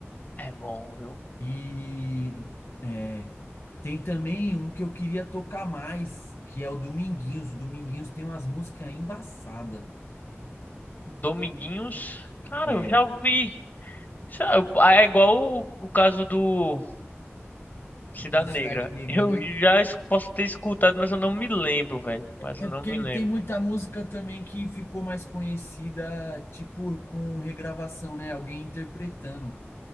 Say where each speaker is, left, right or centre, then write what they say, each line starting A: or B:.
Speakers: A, on the left; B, on the left.
A: É bom, viu?
B: E é, tem também um que eu queria tocar mais, que é o Dominguinhos. O Dominguinhos tem umas músicas embaçadas.
A: Dominguinhos, cara,
B: É,
A: eu já ouvi. Isso É é igual o, o caso do.
B: do
A: Cidade
B: Cidade
A: Negra.
B: Negra,
A: Eu
B: né?
A: já es- posso ter escutado, mas eu não me lembro, velho. Mas eu
B: É
A: não
B: porque
A: me
B: ele
A: lembro.
B: tem muita música também que ficou mais conhecida, tipo, com regravação, né? Alguém interpretando.